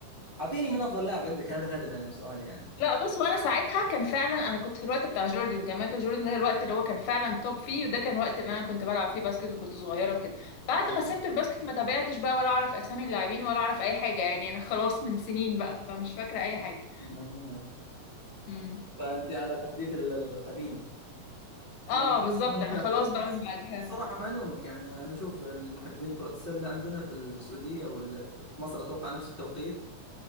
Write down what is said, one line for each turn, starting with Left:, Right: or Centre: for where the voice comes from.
Right: اعطيني من افضل لاعب عندك هذا الهدف انا من سؤالي يعني
Left: لا بص هو انا ساعتها كان فعلا انا كنت في الوقت بتاع جوردن كان مايكل جوردن ده الوقت اللي هو كان فعلا توب فيه وده كان الوقت اللي انا كنت بلعب فيه باسكت وكنت صغيره وكده بعد
Right: آه.
Left: ما سبت الباسكت ما تابعتش بقى ولا اعرف اسامي اللاعبين ولا اعرف اي حاجه يعني انا <laughs> خلاص من سنين بقى فمش فاكره اي حاجه
Right: آه.
Left: امم
Right: فانت على تحديث ال- القديم مم-
Left: اه بالظبط
Right: ممتع
Left: انا خلاص
Right: بص
Left: بقى من بعدها
Right: صراحة ما ألومك يعني أنا أشوف المحبين كرة السلة عندنا في السعودية ولا في في مصر أتوقع نفس التوقيت